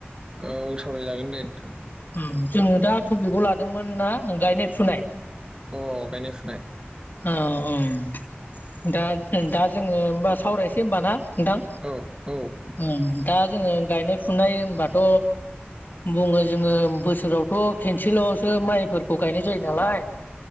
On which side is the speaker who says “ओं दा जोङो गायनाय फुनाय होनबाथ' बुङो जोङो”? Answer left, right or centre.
Left